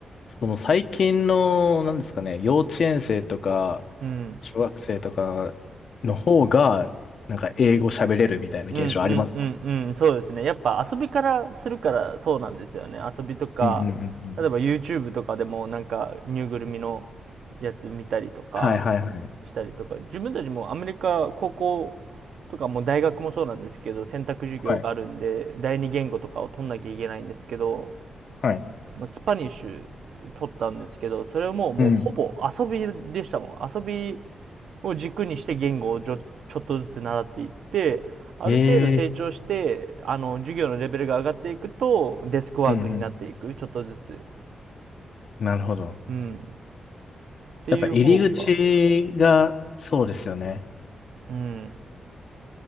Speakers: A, on the left (about 50°); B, on the right (about 75°).
A: その最近の、なんですかね、幼稚園生とか、
B: うん。
A: 小学生とかの方が、なんか英語喋れるみたいな現象ありますも
B: うんうんうんうん、そうですね。やっぱ遊びからするからそうなんですよね。遊びとか、
A: ん。うんうんうんうん。
B: 例えば YouTube とかでもなんかぬいぐるみのやつ見たりとか、
A: はいはいはい。
B: したりとか自分たちもアメリカ高校とかもう大学もそうなんですけど選択授業があるんで第二言語とかを取んなきゃいけないんですけど
A: はい。はい。
B: まあスパニッシュ取ったんですけどそれはもうもうほぼ遊びでしたもん遊び
A: うん。
B: を軸にして言語をちょちょっとずつ習っていってある程度成長してあの授業のレベルが上がっていくとデスクワークになっていくちょっとずつ、
A: ええうんうん。なるほど。
B: うん、っていう方が、
A: やっぱ入り口が、そうですよね。
B: うん、